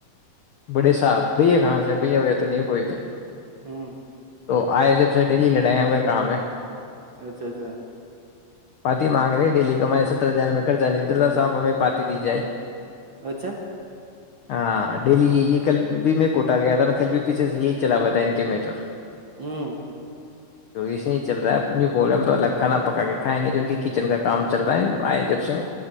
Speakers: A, on the left; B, on the right.
A: بڑے صاحب بھیا کہاں سے بھیا ہویا تو نہیں ہے کوئی بھی <inaudible>
B: ہوں
A: تو آئے جب سے ڈیلی لڑیا ہوئے کام ہے
B: اچھا اچھا
A: پاتی مانگ رہے ڈیلی کمائی سترہ ہزار میںوپئے خر جا دراسا آپ ہمیں پاتی دی جائے
B: اچھا
A: ہاں ڈیلی یہی ہے کل بھی میں کوٹہ گیا تھا ن کل بھی پیھے سے یہی چلا پا ان کے میٹر
B: ہوں
A: اسے چل رہا ہے بولم تو الک کھا نا پکا کے کھائیں گے کچن کا کام چل رہا ہے آئے جب سے